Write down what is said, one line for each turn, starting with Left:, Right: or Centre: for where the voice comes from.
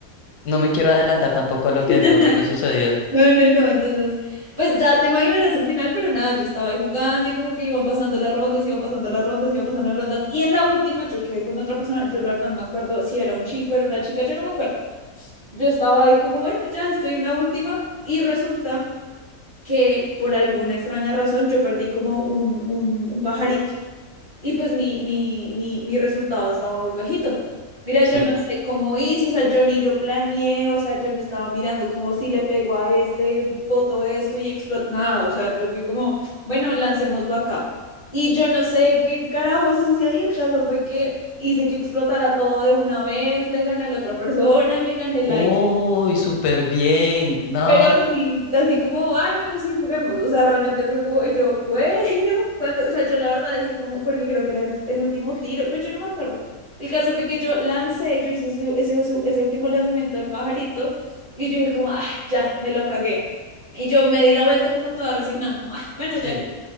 Left: No me quiero adelantar tampoco a
Right: <laughs>
Left: lo que de pronto te sucedió.
Right: No, no, no, entonces, pues ya te imaginarás el final, pero nada, yo estaba ahí jugando y como que iban pasando las rondas, iban pasando las rondas, iban pasando las rondas. Y en la última yo quedé con otra persona, yo la verdad no me acuerdo si era un chico, era una chica, yo no me acuerdo. Yo estaba ahí como, bueno, ya estoy en la última y resulta que por alguna extraña razón yo perdí como un, un, un pajarito. y pues mi, mi, mi, mi resultado estaba muy bajito. Mira,
Left: Sí.
Right: yo no sé cómo hice, o sea, yo ni lo planeé, o sea, yo no estaba mirando como si le pego a este, boto esto y explotó, nada, o sea, yo fui como, bueno, lancémoslo acá. Y yo no sé qué carajos hice ahí, el caso fue que hice que explotara todo de una vez, le gané a la otra persona, me gané el
Left: Uy,
Right: aire
Left: súper bien. No.
Right: pero así, así como, ay, bueno, sí, juguemos. O sea, realmente fue como, y yo, bueno, <laughs> cuando, o sea, yo la verdad dije como, porque creo que era el, el último tiro, pero yo no me acuerdo. El caso fue que yo lancé, yo hice ese, ese, ese último lanzamiento del pajarito, y yo dije como, ah, ya, me lo cagué. Y yo me di la vuelta como toda resignada, como, ah, bueno,
Left: Sí.
Right: ya.